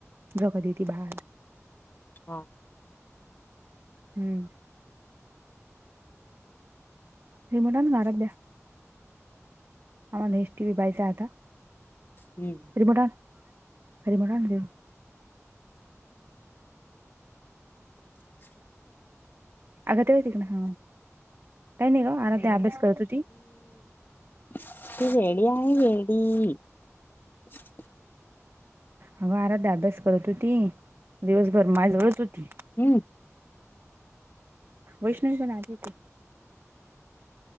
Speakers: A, on the right; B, on the left.
A: जगतेते बार
B: हा
A: हम्म रिमोटान घारातल्याया आम्हाला एस टी वी पायचा आता
B: हम्म
A: अरे मोटार अरे मोट
B: ह्
A: अगातवाती का ना हा काही नाही ग आना ते अभ्यास करत होती
B: तू रेडी आहे रेडी ह
A: अगं आराध अभ्यास करत होती दिवसभर माजवळच होती
B: हम्
A: वैष्णववी बनली त